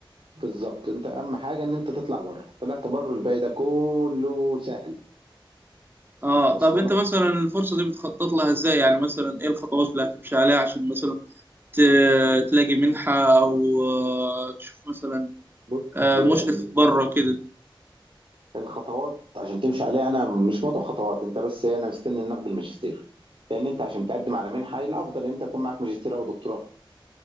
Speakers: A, on the right (about 70°); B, on the right (about 25°).
A: بالظبط انت اهم حاجة ان انت تطلع بره طلعت بره الباقي ده كله سهل
B: اه
A: واصله
B: طب انت
A: لك
B: مثلا الفرصة دي بتخطط لها ازاي يعني مثلا ايه الخطوات اللي هتمشي عليها عشان مثلا ت- تلاقي منحة او آه، تشوف مثلا
A: بص
B: آه،
A: هي
B: مشرف
A: ال-
B: بره كده
A: الخطوات عشان تمشي عليها انا مش موضوع خطوات انت بس إيه، انا مستني إن ناخد الماجستير لان انت عشان تقدم على منحة الافضل ان انت يكون معاك ماجستير او دكتوراه